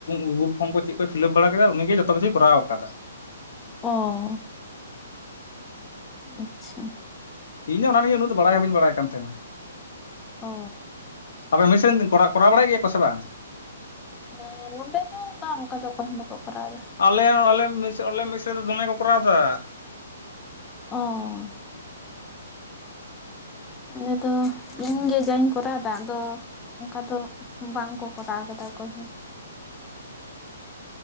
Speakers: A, on the left; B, on the left.
A: ᱜᱩᱜᱩᱞ ᱯᱷᱨᱚᱢ ᱠᱚ ᱪᱤᱜ ᱠᱚᱭ ᱯᱷᱤᱞᱟᱯ ᱵᱟᱲᱟ ᱠᱮᱫᱟ ᱩᱱᱤᱜ ᱜᱮ ᱡᱚᱛᱚ ᱠᱤᱪᱷᱩᱭ ᱠᱚᱨᱟᱣ ᱟᱠᱟᱫᱟ ᱾
B: ᱚᱻ ᱟᱪᱪᱷᱟ ᱾
A: ᱤᱧ ᱫᱚ ᱚᱱᱟ ᱱᱤᱭᱮ ᱩᱱᱟᱜ ᱫᱚ ᱵᱟᱲᱟᱭ ᱦᱚᱸ ᱵᱟᱹᱧ ᱵᱟᱲᱟᱭ ᱠᱟᱱ ᱛᱟᱦᱮᱱᱟ ᱾
B: ᱚᱻ
A: ᱟᱯᱮ ᱢᱤᱥ ᱨᱮᱱ ᱠᱚ-ᱠᱚᱨᱟᱣ ᱵᱟᱲᱟᱭᱮᱜ ᱜᱮᱭᱟ ᱠᱚ ᱥᱮ ᱵᱟᱝ?
B: ᱦᱮᱸ ᱱᱚᱸᱰᱮ ᱫᱚ ᱵᱟᱝ ᱚᱱᱠᱟ ᱫᱚ ᱚᱠᱚᱭ ᱦᱚᱸ ᱵᱟᱠᱚ ᱠᱚᱨᱟᱣ ᱫᱟ ᱾
A: ᱟᱞᱮ ᱟᱞᱮᱤᱥ ᱟᱞᱮ ᱢᱤᱥᱨᱤ ᱫᱚᱢᱮ ᱠᱚ ᱠᱚᱨᱟᱣ ᱮᱫᱟᱹ
B: ᱚ ᱟᱞᱮ ᱫᱚ ᱤᱧᱜᱮ ᱡᱟᱧ ᱠᱚᱨᱟᱣᱫᱟ ᱟᱫᱚ ᱚᱱᱠᱟ ᱫᱚ ᱵᱟᱝ ᱠᱚ ᱠᱚᱨᱟᱣ ᱠᱟᱫᱟ ᱚᱠᱚᱭ ᱦᱚᱸ